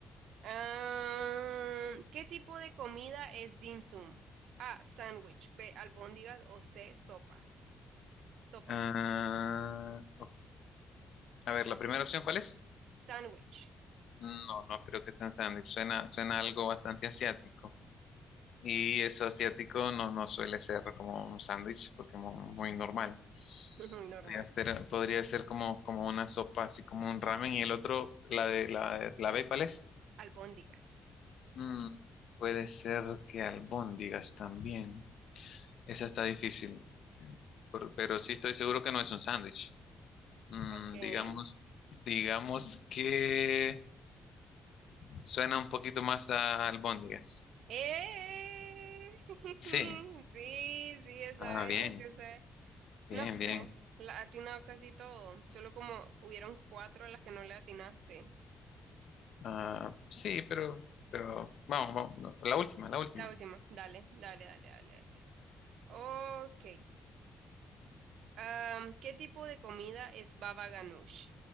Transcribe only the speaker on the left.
Ah, ok. A ver, ¿la primera opción cuál es?
No, no creo que sea un sándwich. Suena, suena algo bastante asiático. Y eso asiático no, no suele ser como un sándwich, porque es muy normal.
Podría ser, podría ser como, como una sopa, así como un ramen. Y el otro, la de la, de- la B, ¿cuál es?
Mm, puede ser que albóndigas también. Esa está difícil. Por- pero sí estoy seguro que no es un sándwich. Mm,
digamos, digamos que suena un poquito más a albóndigas.
Sí.
Ah, bien,
bien,
bien.
Ah, sí, pero, pero vamos, vamos, no, la última, la última.